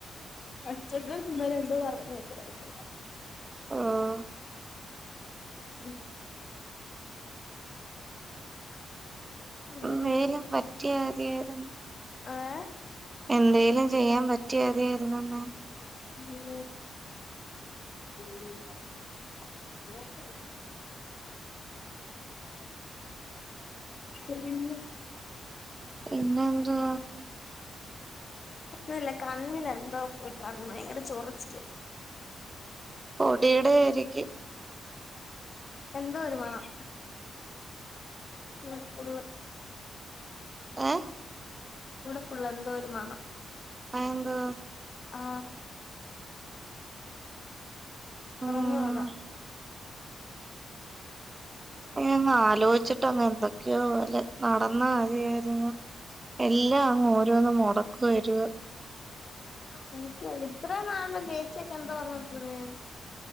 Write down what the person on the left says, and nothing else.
പച്ചക്ക് കുന്നര എന്തേ പറഞ്ഞേക്ണ് വിസ
<unintelligible> അങ്ങനെ
ആ എ
ഉം <inaudible> പിന്നെ ഇന്ന്
ഒന്നുല്യ കണ്ണിലെന്തോ പോയി കണ്ണ് ഭയങ്കര ചൊറിചിൽ
എന്തോ ഒരു മണം ഇവിടെ ഫുള്ള്
പ്പുള്ളെന്തോര്മണം
ആഹ്
അറിഞ്ഞൂടാ
<unintelligible> ഇത്രയും നാളും ചേചി ഒകെ എന്തോ പറയുന്നു